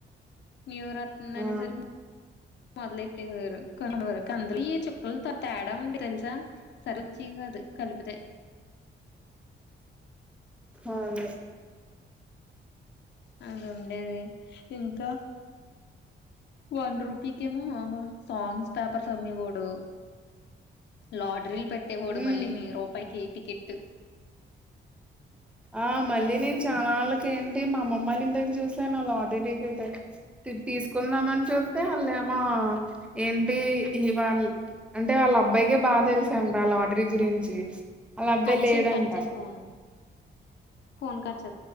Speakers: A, on the left (about 65°); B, in the centre.
A: న్యూఇయర్ వతంది అనేసరికి
B: ఆ
A: మొదలెట్టేవారు కొరు కందులు ఈ చుక్కలు పెద్ద తేడా ఉండే తెలుసా సరి వచ్చేయి కాదు కలిపితే
B: అవును
A: అలా ఉండేది ఇంకా వన్ రూపీకేమో సాంగ్స్ పేపర్స్ అమ్మివాడు లాటరీలు పెట్టేవాడు
B: ఉమ్
A: మళ్ళీనీ రూపాయికి టికెటు
B: ఆ మళ్ళీ నేను చానలకేంటి మా అమ్మమ్మ వాళ్ళ ఇంటి దగ్గర చూసాను ఆ లాడరీ టికెటయినా తీసుకుందామని చుతే వాళ్ళుఏమో ఏంటి ఇవాళ అంటే వాళ్ళ అబ్ బ్బాయికే బా తెలుసంట లాటరీ గురించి వాళ అబ్బాయి
A: కట్
B: లేడంట
A: చేయి కట్ చేయి ఫోన్ ఫోన్ కట్చే